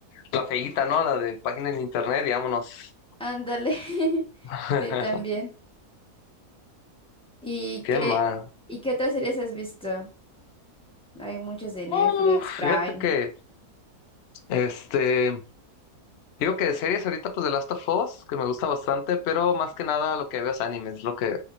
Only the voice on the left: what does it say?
La feíta, ¿no? La de página en internet y vámonos.
<laughs>
¿Qué
mal
Uf,
fíjate que, este, digo que de series ahorita pues The Last of Us, que me gusta bastante, pero más que nada lo que veo es animes, lo que,